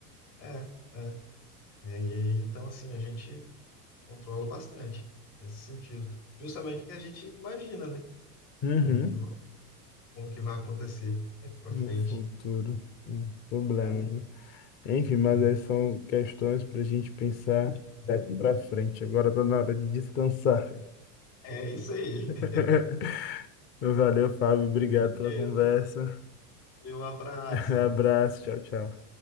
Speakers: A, on the left; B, on the left.
A: é, é, né? E aí, então assim, a gente controla bastante nesse sentido, justamente porque a gente imagina, né?
B: Uhum.
A: Como que vai, como que vai acontecer <laughs> pra
B: No
A: frente.
B: futuro. Hum, Problemas,
A: É,
B: né? Enfim, mas
A: né?
B: essas são questões para a gente pensar daqui para frente. Agora está na hora de descansar.
A: é isso aí.
B: <laughs>
A: <laughs>
B: Valeu, Fábio. Obrigado pela
A: Isso.
B: conversa.
A: Um abraço.
B: <laughs> Abraço. Tchau, tchau.